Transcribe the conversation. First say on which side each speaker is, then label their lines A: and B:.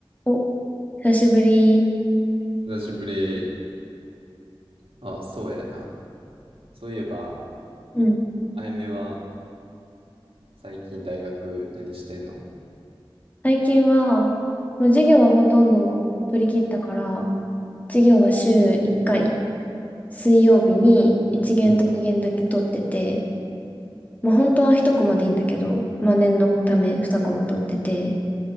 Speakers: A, on the left (about 15°); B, on the right (about 80°).
A: お、久しぶり。
B: 久しぶり。あ、そうやな。そういえば、
A: うん。
B: あやめは最近大学何してんの
A: 最近は、もう授業はほとんど取り切ったから、授業は週1回、水曜日に1限と2限だけ取ってて、
B: うん、
A: まあ本当は1コマでいいんだけど、まあ念のため2コマ取ってて、